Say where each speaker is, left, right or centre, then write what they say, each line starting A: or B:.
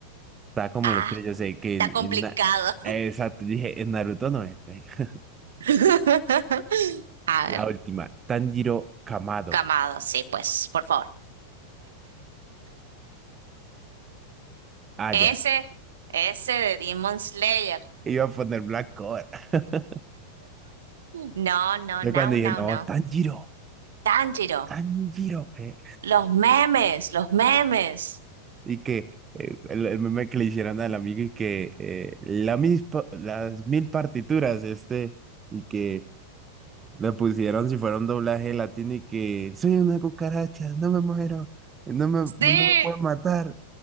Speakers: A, on the right; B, on the right.
A: está como
B: Ah,
A: los tres. Yo sé que
B: está
A: en,
B: complicado.
A: en Na- eh, exacto, dije, en Naruto no es. <laughs>
B: <laughs> A
A: La
B: ver,
A: última, Tanjiro Kamado.
B: Camado, sí, pues, por favor.
A: Ah,
B: Ese,
A: ya.
B: ese de Demon Slayer.
A: Iba a poner Black Clover. <laughs>
B: No, no,
A: Yo
B: no,
A: cuando dije,
B: no,
A: no,
B: no.
A: Tanjiro,
B: Tanjiro,
A: Tanjiro. eh,
B: los memes, los memes.
A: Y que eh, el, el meme que le hicieron al amigo y que eh, la mis pa- las mil partituras, este, y que le pusieron si fuera un doblaje latino y que soy una cucaracha, no me muero, no me,
B: Sí,
A: no me puedo matar,